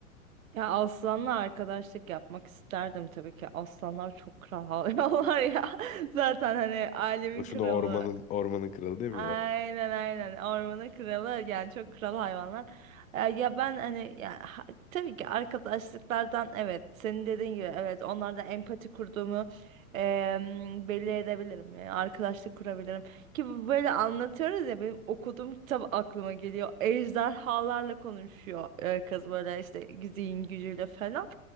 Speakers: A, on the right (about 70°); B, on the left (about 20°).
A: Ya aslanla arkadaşlık yapmak isterdim tabii ki. Aslanlar çok kral hayvanlar ya. <laughs> Zaten hani alemin
B: Boşuna
A: kralı.
B: ormanın ormanın kralı demiyorlar.
A: Aynen aynen ormanın kralı yani çok kral hayvanlar. Ee, Ya ben hani ya, ha- tabii ki arkadaşlıklardan evet senin dediğin gibi evet onlardan empati kurduğumu em, belli edebilirim. Yani arkadaşlık kurabilirim. Ki bu böyle anlatıyoruz ya benim okuduğum kitap aklıma geliyor. Ejderhalarla konuşuyor e, kız böyle işte zihin gücüyle falan.